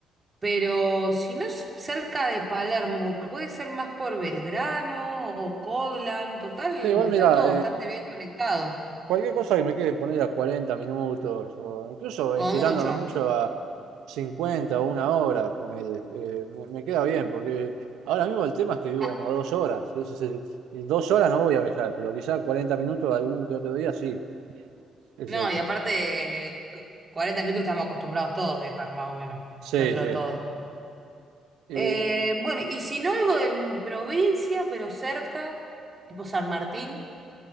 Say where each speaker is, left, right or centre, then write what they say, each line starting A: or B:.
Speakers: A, on the right (about 30°); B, on the right (about 80°).
A: Pero si no es cerca de Palermo, puede ser más por Belgrano o Coglan. Total,
B: Sí, igual
A: está
B: mira,
A: todo bastante bien conectado.
B: Cualquier cosa que me quede poner a 40 minutos o incluso
A: Como
B: estirándome
A: mucho.
B: mucho a 50 o una hora, ponele, eh, me, me queda bien porque ahora mismo el tema es que vivo
A: Ah,
B: como a dos horas. es- es- es- y dos horas no voy a viajar, pero quizás 40 minutos algún que otro día sí. es
A: No,
B: el-
A: y aparte, cu- 40 minutos estamos acostumbrados todos a viajar, más o menos,
B: sí,
A: dentro
B: sí.
A: de todo.
B: Y,
A: Eh, bueno, y si no algo en provincia, pero cerca, tipo San Martín,